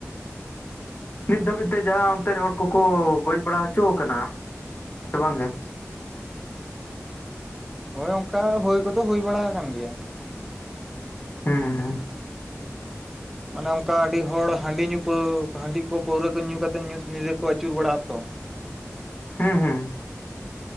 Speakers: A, on the left; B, in the centre.
A: ᱱᱤᱛ ᱫᱷᱟᱹᱵᱤᱡ ᱛᱮ ᱡᱟᱦᱟᱸ ᱚᱱᱛᱮ ᱨᱮᱱ ᱦᱚᱲ ᱠᱚᱠᱚ ᱜᱚᱡ ᱵᱟᱲᱟ ᱦᱚᱪᱚ ᱟᱠᱟᱱᱟ ᱥᱮ ᱵᱟᱝ ᱜᱤ
B: ᱦᱳᱭ ᱚᱱᱠᱟ ᱦᱩᱭ ᱠᱚᱫᱚ ᱦᱩᱭ ᱵᱟᱲᱟ ᱟᱠᱟᱱ ᱜᱮᱭᱟ
A: ᱦᱩᱸ ᱦᱩᱸ
B: ᱢᱟᱱᱮ ᱚᱱᱠᱟ ᱟᱹᱰᱤ ᱦᱚᱲ ᱦᱟᱺᱰᱤ ᱧᱩ ᱯᱟᱹᱣ ᱦᱟᱺᱰᱤ ᱠᱚ ᱯᱟᱹᱣᱨᱟᱹ ᱠᱚ ᱧᱩ ᱠᱟᱛᱮᱮᱫ ᱧᱩᱛ ᱧᱤᱫᱟᱹ ᱠᱚ ᱟᱹᱪᱩᱨ ᱵᱟᱲᱟᱜ ᱟᱛᱚ
A: ᱦᱩᱸ ᱦᱩᱸ